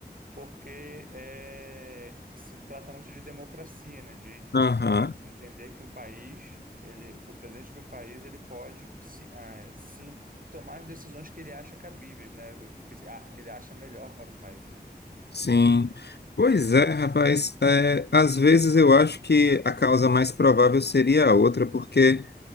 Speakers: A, on the right (about 55°); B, on the left (about 75°).
A: porque é, se trata muito de democracia, né? De
B: Aham.
A: não entender que um país, ele, o presidente de um país, ele pode se, ah, se tomar as decisões que ele acha cabíveis, né? Que, se- ah, que ele acha melhor para o país, né?
B: Sim. Pois é, rapaz. É, às vezes eu acho que a causa mais provável seria a outra, porque,